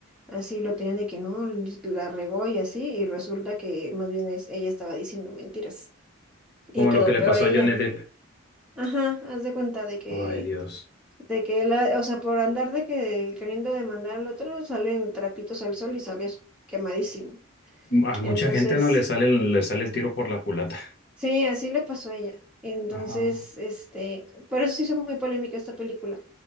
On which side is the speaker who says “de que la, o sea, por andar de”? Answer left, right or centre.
Centre